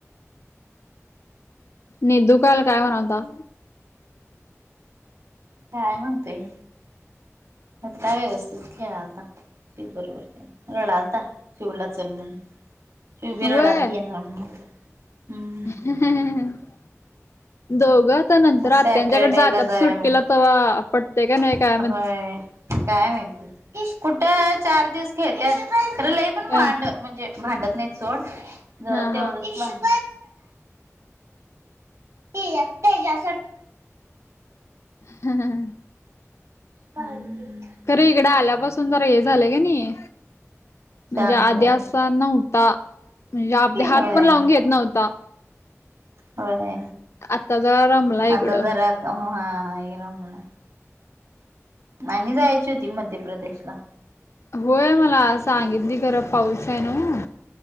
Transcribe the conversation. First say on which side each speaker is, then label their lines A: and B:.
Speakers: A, on the left; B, on the right.
A: निदु काल काय मनालता?
B: काय म्हणतय? हुता व्यवस्थित खेळालता पेपरवर त्या, रडालता. चिऊला चल मनुन चिऊ बि रडालती
A: होय
B: येनार मनुन हम्.
A: <unintelligible> दोघं आता नंतर
B: मग सॅटरडे
A: आत्यायांच्याकडे जातात
B: ला जाऊया
A: सुट्टीला तवा पटतय का नाही
B: मग
A: काय माहिती?
B: होय काय माहिती, कुठ चार दिवस खेळतात, खरं लई पण वांड.
A: अ
B: म्हणजे, भांडत नाहीत सोड जरा
A: हा
B: तेवढंच
A: हा
B: भांड ते जासाठीऽ
A: हहहह,
B: भांडीऽ
A: खर इकड आल्यापासून जरा हे झालं का नाही,, म्हणजे
B: शहाणा
A: आधी
B: झाला
A: असाऽ नव्हता, म्हणजे आप हात
B: होय
A: पण लावून घेत नव्हता.
B: होय,,
A: आता जरा रमलाय
B: आता
A: इकडं.
B: जरा हा ये, रमलाय. आणि जायची होती मध्य प्रदेशला,,
A: होय मला,, सांगितली खरं, पाऊस आहे ना नवं.